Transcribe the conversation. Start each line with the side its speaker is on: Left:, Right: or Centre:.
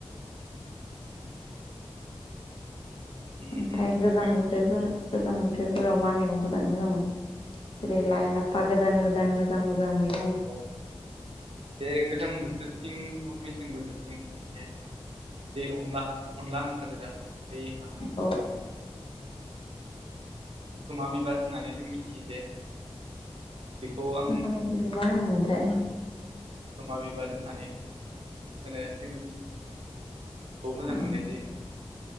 Right: जायो
Left: ओमफ्राय
Right: उम
Left: गोजां
Right: आरो
Left: बोथोरफोर गोजां बोथोरफोराव मा मैगंफोर जानो मोजां मोनो। जेरै लाइ लाफा
Right: औ
Left: गोदान गोदान मोजां मोजां मै
Right: औ बे गोजां बोथोरथिं मेसें बोथोरथिं माने जे अनला अनला ओंखारो दा? दैमा
Left: औ
Right: खोमा बिबार होननानै जों मिथियो जे बेखौ आं
Left: माबादिखौ होनो मोनथाय
Right: गोमा बिबार होननानै होनो जोंनिथिं खौ मोजां
Left: औ
Right: मोननाय जायो।